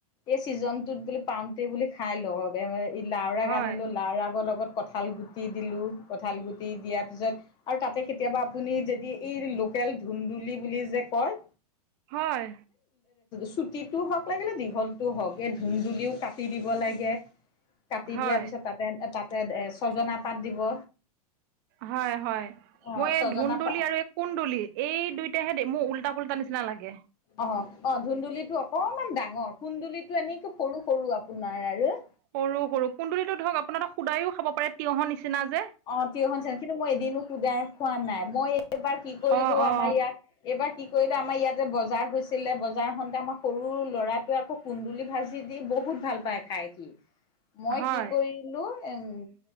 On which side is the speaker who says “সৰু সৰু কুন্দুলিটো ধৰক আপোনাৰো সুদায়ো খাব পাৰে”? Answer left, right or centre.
Right